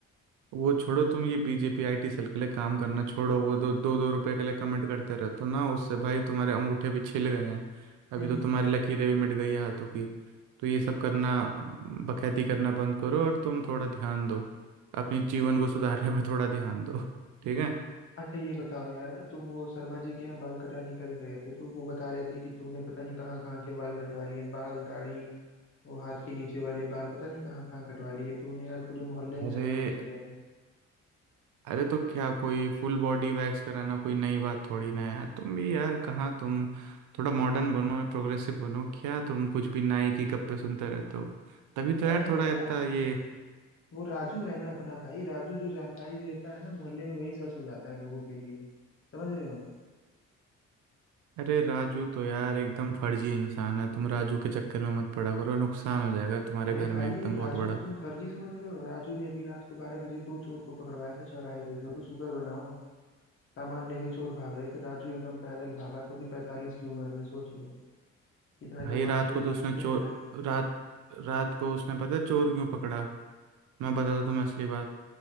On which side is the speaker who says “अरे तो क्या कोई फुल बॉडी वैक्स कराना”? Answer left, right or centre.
Right